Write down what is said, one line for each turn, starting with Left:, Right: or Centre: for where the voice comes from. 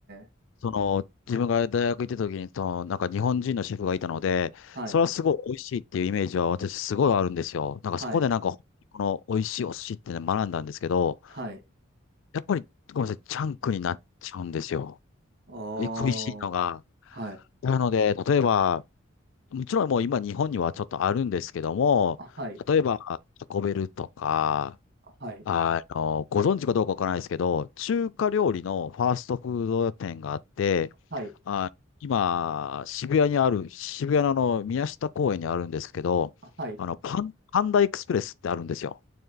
Right: ー、
Left: その、自分が大学行ってた時に、その、なんか日本人のシェフがいたので、
Right: はい、
Left: それはすごい美味しいっていうイメージは私すごいあるんですよ。なんかそこでなんか、
Right: はい、
Left: この美味しいお寿司ってね学んだんですけど、
Right: はい。
Left: やっぱり、ごめんなさい、チャンクになっちゃうんですよ。
Right: おー、
Left: 恋しいのが。
Right: はい、
Left: なので、例えば、もちろんもう今日本にはちょっとあるんですけども、
Right: あはい、
Left: 例えば、タコベルとか、
Right: はい、
Left: あの、ご存知かどうかわからないですけど、中華料理のファーストフード店があって、
Right: はい、
Left: あ、今、渋谷にある、渋谷のあの宮下公園にあるんですけど、
Right: あはい。
Left: あの、パン、パンダエクスプレスってあるんですよ。